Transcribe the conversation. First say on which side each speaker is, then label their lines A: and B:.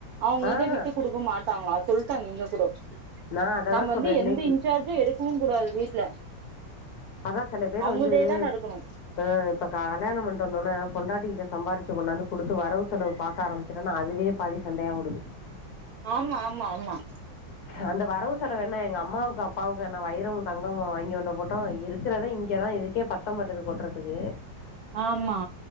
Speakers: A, on the right; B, on the left.
A: அவுங்க
B: ஆஹ்
A: இத விட்டு குடுக்க மாட் டாங்ளா சொல்ட்டாங இங்க கூடோ
B: நான் அதை
A: நம்ப்
B: தான்
A: வந்து
B: சொல்றேன் இன்னைக்கு
A: எந்த இன்சார்ஜு எடுக்கவு கூடாது வீட்ல
B: அதா சில பேரு
A: அவங்கள்தேதா
B: வந்து
A: நடக்கணு
B: அ இப்ப க கல்யாணம் பண்ட்டு வந்தோன பொண்டாட்டி கிட்ட சம்பாரிச்சு கொண்டாந்து குடுத்து வரவு செலவு பாக்க ஆரம் பிச்சுரனா அதுவே பாதி சண்டயா ஓடுது
A: ஆமா ஆமா ஆமா
B: அந்த வரவு செலவு என்ன எங்க அம்மாவுக்கு அப்பாவுக்கு என்ன வைரமு தங்கமுமா வாங்கி கொண்டு போட்டோ இருக்கிறத இங்கதா இது க்கே பத்த மாட்டது கொட்றதுக்கு
A: ஆமா